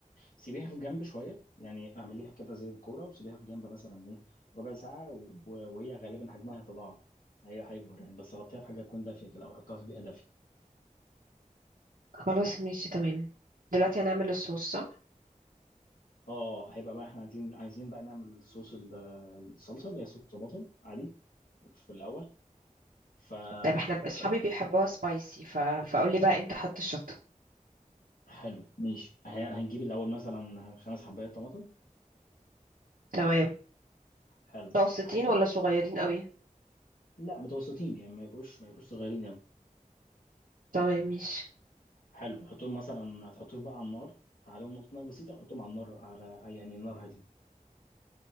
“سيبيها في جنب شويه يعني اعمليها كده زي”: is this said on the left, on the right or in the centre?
Left